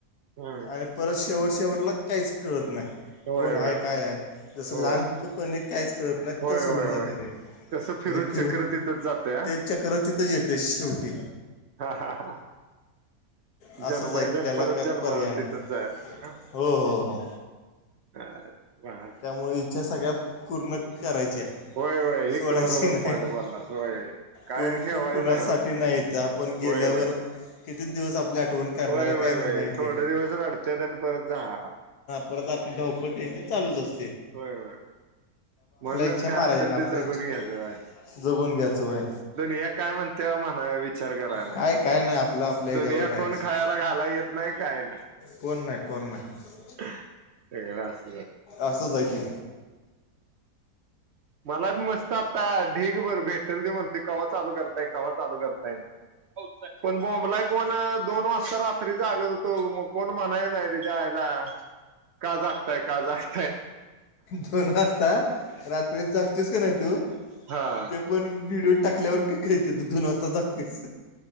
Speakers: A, on the right (about 65°); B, on the left (about 85°).
A: हम्म
B: आणि परत शेवट शेवटला काहीच कळत नाही
A: होय
B: कोण
A: होय
B: आहे
A: होय
B: काय आहे जसं
A: हो
B: लहान पुतनी काहीच कळत नाही
A: होय
B: तसं
A: होय
B: होऊन जातं
A: होय
B: ते
A: कसं फिरून
B: म्हणजे फिर
A: चक्र तिथंच जातय
B: तेच चक्रच तिथंच येतेय शेवटी
A: हा हा
B: असंच
A: जन्माय
B: आहे त
A: जण
B: त्याला
A: परत
B: काय
A: जन्माला
B: पर्याय नाही
A: तिथंच जायचं
B: हो हो हो
A: <unintelligible>
B: त्यामुळे इच्छा सगळ्या पूर्ण करायच्या
A: होय होय हे
B: सोडायची
A: बरोबर
B: नाही
A: पॉइंट बोललास होय काय
B: कोणू
A: ठेवायचं
B: कुणासाठी
A: नाही बघ
B: नाहीेत ईथ आपण गे
A: होय
B: गेल्यावर
A: होय होय
B: कितीच दिवस आपल्या आठ ठवून काढणार
A: होय होय
B: काय
A: होय
B: म माहितीये
A: थोडे दिवस रडत्यात आणि परत झालं
B: परत आपली धावपळ तेची चालूच अस
A: होय होय म्हणूनच
B: इच्छा
A: काय
B: महाराजांना
A: असेल
B: आपल्या
A: ते जगून
B: इच्छा
A: घ्यायचं होय.
B: जगून घ्यायचं होय
A: दुनिया काय म्हणते म्हणा विचार करायला
B: काय काय नाही आपलं आपल्या ह्याच्यावर
A: दुनिया
B: राहायचं
A: कोण खाला घाला येत. नाही काये नाये.
B: कोण नाही कोण नाही.
A: <unintelligible>
B: असच हाय ते.
A: मला बी मस्त आता ढेग भर भेटल दे म्हणते कवा चालू करताय कवा्हा चालु करताये पण बोबलाय कोन दोन वाजता रात्री जागत होत कोण म्हणाय नाही तीच्यायला काजगताय काजग
B: दोन वाजता रात तर जगतेस का नाही तू
A: हा
B: ते पण व्हिडिओ टाकल्यावर की काय तू दोन वाजता जगतेस